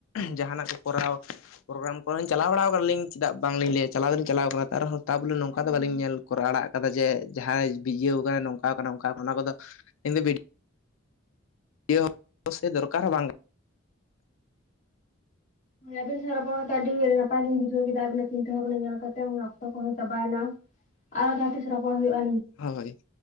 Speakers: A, on the left (about 80°); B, on the left (about 40°).
A: ᱡᱟᱦᱟᱱᱟᱜ ᱠᱚ ᱠᱚᱨᱟᱣ ᱯᱨᱳᱜᱨᱟᱢ ᱚᱱ ᱪᱟᱞᱟᱣ ᱵᱟᱲᱟ ᱟᱠᱟᱱᱟ ᱠᱟᱱᱟᱞᱤᱧ ᱪᱮᱫᱟᱜ ᱵᱟᱝᱞᱤᱧ ᱞᱟᱹᱭᱟ ᱪᱟᱞᱟᱣ ᱫᱚᱞᱤᱧ ᱪᱟᱞᱟᱣ ᱟᱠᱟᱱᱟ ᱛᱟᱨᱮᱦᱚᱸ ᱛᱟᱵᱚᱞᱮ ᱱᱚᱝᱠᱟ
B: ᱦᱳᱭ
A: ᱫᱚ ᱵᱟᱞᱤᱧ
B: ᱦᱳᱭ
A: ᱧᱮᱞ ᱠᱚᱨᱟᱣ ᱟᱲᱟᱜ ᱡᱮ ᱡᱟᱦᱟᱸᱭ ᱵᱤᱡᱤᱭᱟᱹᱣ ᱟᱠᱟᱱᱟ ᱱᱚᱝᱠᱟ ᱟᱠᱟᱱᱟ ᱚᱝᱠᱟ ᱟᱠᱟᱱᱟ ᱚᱱᱟ ᱠᱚᱫᱚ ᱤᱧ ᱫᱚ <unintelligible> ᱥᱮ ᱫᱚᱨᱠᱟᱨ ᱦᱚᱸ ᱵᱟᱝ ᱠᱟᱱᱟ
B: ᱟᱹᱵᱤᱱ ᱥᱟᱳ ᱚᱯᱚᱲᱚᱱ ᱠᱟᱛᱮ ᱟᱹᱰᱤ ᱱᱟᱯᱟᱭᱞᱤᱧ ᱵᱩᱡᱷᱟᱹᱣ ᱠᱮᱫᱟ ᱟᱵᱤᱱᱟᱜ ᱪᱤᱱᱛᱟᱹ ᱵᱷᱟᱵᱱᱟ ᱧᱮᱞ ᱠᱟᱛᱮ ᱚᱠᱛᱚ ᱠᱚᱦᱚᱸ ᱪᱟᱵᱟᱭᱱᱟ ᱾ ᱟᱨᱚ ᱡᱟᱦᱟᱸ ᱛᱤᱥ ᱨᱚᱯᱚᱲ ᱦᱩᱭᱩᱜᱼᱟ᱾
A: ᱦᱳᱭ᱾